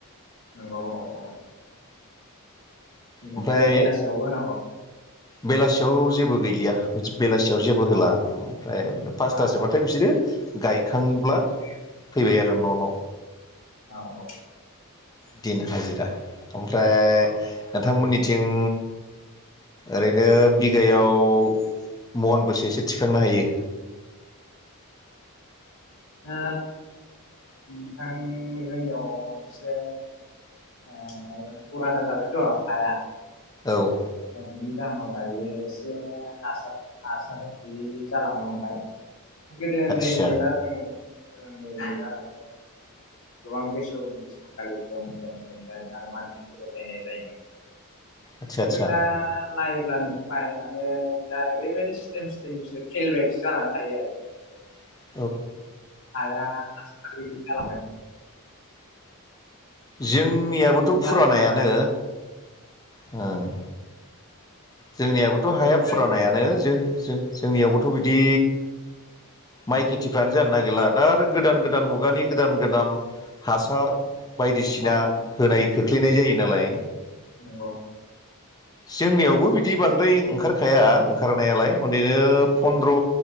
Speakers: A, on the left (about 60°); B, on the left (about 15°).
A: नंगौ औ बेनिफ्राय
B: ओमफ्राय
A: बेलासियावबो होनांगौ।
B: बेलासियाव जेबो गैलिया। बेलासियाव जेबो होला
A: अ
B: ओमफ्राय फासथासोबाथाय
A: आ
B: बिसोरो गायखांब्ला फैबाय आरो न' न'
A: औ औ
B: दिन हाजिरा ओमफ्राय
A: औ
B: नोंथांमोननिथिं ओरैनो
A: ओ
B: बिगायाव महन बसेसे थिखांनो हायो?
A: ओ नोंथां जोंनियाव एसे ए फुराना जाबायथ' हाया
B: औ
A: <unintelligible> एसे हासार हासार गैयि जालांनो हमबाय। गोदो उन्दै
B: आदसा
A: उन्दैला जों गोदो उन्दै उन्दैला माने गोबां बेसो बेसोंगालि ग्रोम ग्रोम ग्रोम जायोमोन आरो मानसि थोरोबलायनाय जायोमोन।
B: आदसा
A: खिन्थु
B: आदसा
A: दा नायोब्ला नुबाय माने दा ओरैबायदि स्लिम स्लिमसो फिल बायदिसो जानानै थायो आरो।
B: <unintelligible>
A: हाया हासार गैयै जालांबाय
B: जोंनियाबोथ'
A: दा बेबायदि जा
B: फुरानायानो औ जोंनियाबोथ' हाया
A: बेनिफ्राय
B: फुरानायानो जो जो जोंनियावबोथ' बिदि माइ खेथिफ्रानो जानो नागिरला दा आरो गोदान गोदान मुगानि गोदान गोदान हासार बायदिसिना
A: औ
B: होनाय खोख्लैनाय जायो नालाय
A: नंगौ
B: जोंनियावबो बि बिदि बांद्राय ओंखारखाया ओंखारनायालाय ओन्दैनो फन्द्र'